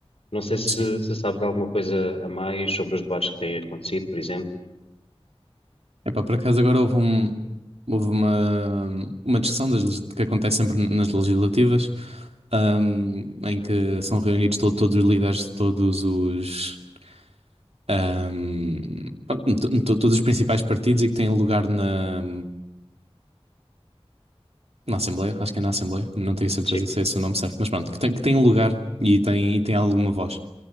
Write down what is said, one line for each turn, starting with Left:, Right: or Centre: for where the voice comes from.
Left: Não sei se,
Right: Sim.
Left: se sabes alguma coisa a mais sobre os debates que têm acontecido, por exemplo.
Right: Epá, por acaso agora houve um, houve uma, uma discussão das, legis- que acontece sempre nas legislativas, ahm, em que são reunidos to- todos os líderes de todos os, ahm, pronto, to- to- todos os principais partidos e que têm lugar na, Na Assembleia, acho que é na Assembleia, não tenho certeza
Left: Sim.
Right: se é esse o nome certo, mas pronto, que tem, que tem um lugar e tem, e tem alguma voz.